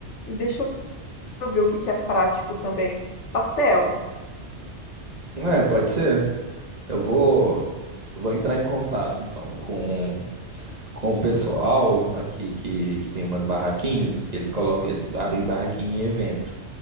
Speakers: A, on the left; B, on the right.
A: e deixa eu ver o que que é prático também, pastel,
B: É, pode ser. Eu vou, eu vou entrar em contato então com com o pessoal aqui que, que tem umas barraquinhas, que eles colocam, eles abrem barraquinha em evento.